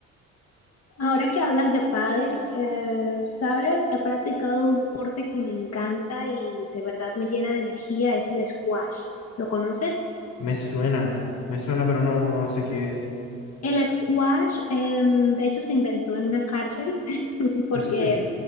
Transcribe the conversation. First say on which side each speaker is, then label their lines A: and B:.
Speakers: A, on the left; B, on the left.
A: Ahora que hablas de pádel, eh, sabes, he practicado un deporte que me encanta y de verdad me llena de energía, es el squash. ¿Lo conoces?
B: Me suena, me suena, pero no, no sé qué es.
A: El squash, em, de hecho, se inventó en una cárcel <laughs> porque
B: ¿En serio?